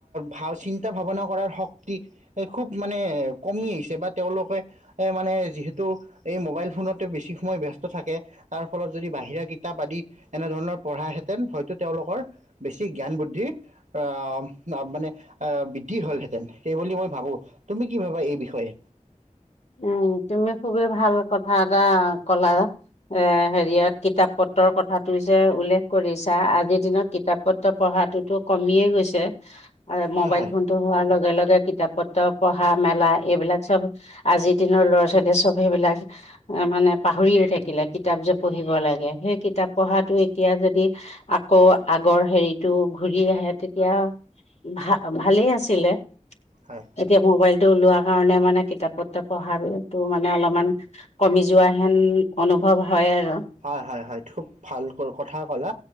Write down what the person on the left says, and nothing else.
উম তুমি খুবেই ভাল কথা এটা কলা, এ হেৰি কিতাপ পত্ৰৰ কথাটো যে উল্লেখ কৰিছা আজিৰ দিনত কিতাপ পত্ৰ পঢ়াতটোতো কমিয়ে গৈছে আৰু
মোবাইল
ফোনতটো হোৱাৰ লগে লগে কিতাপ পত্ৰ পঢ়া মেলা এইবিলাক চব আজিৰ দিনৰ ল'ৰা ছোৱালীয়ে সব সেইবিলাক মানে পাহৰিয়ে থাকিলে। কিতাপ যে পঢ়িব লাগে সেই কিতাপ পঢ়াটো এতিয়া যদি আকৌ আগৰ হেৰিতটো ঘূৰি আহে তেতিয়া ভা ভালেই আছিলে
এতিয়া মোবাইল ওলোৱা কাৰণে মানে কিতাপত পঢ়াটো মানে অলপমান কমি যোৱা হেন অনুভৱ হয় আৰু